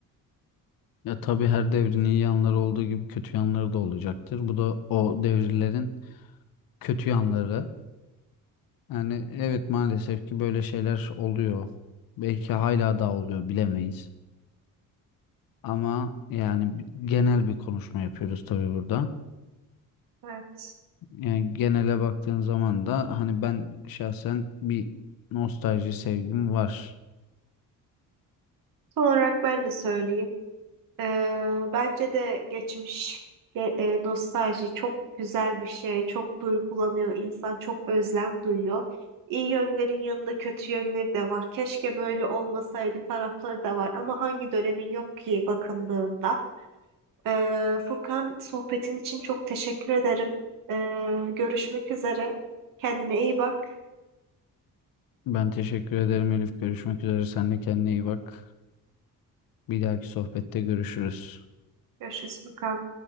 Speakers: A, on the left; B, on the right.
A: ya tabii her devrin iyi yanları olduğu gibi kötü yanları da olacaktır. Bu da o devirlerin kötü yanları. Yani evet maalesef ki böyle şeyler oluyor. Belki hala da oluyor bilemeyiz. Ama yani bi- genel bir konuşma yapıyoruz tabii burada.
B: Evet.
A: Yani genele baktığın zaman da hani ben şahsen bir nostalji sevgim var.
B: Son olarak ben de söyleyeyim. Ee, bence de geçmiş ge- e, nostalji çok güzel bir şey. Çok duygulanıyor. insan çok özlem duyuyor. İyi yönlerin yanında kötü yönleri de var. Keşke böyle olmasaydı tarafları da var. Ama hangi dönemin yok ki bakıldığında. Ee, Furkan sohbetin için çok teşekkür ederim. Ee, görüşmek üzere. Kendine iyi bak.
A: Ben teşekkür ederim Elif. Görüşmek üzere. Sen de kendine iyi bak. Bir dahaki sohbette görüşürüz.
B: Görüşürüz Furkan.